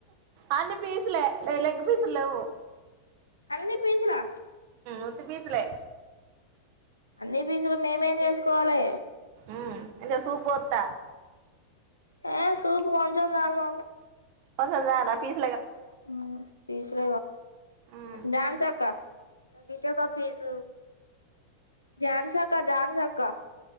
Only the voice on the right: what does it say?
అన్ని పీసులే లే లెగ్ పీసులు లేవు
ఉట్టి పిసులే
ఉ ఎంట సూపుత
కొంచెం చాలా ప్లీజ్
ఉమ్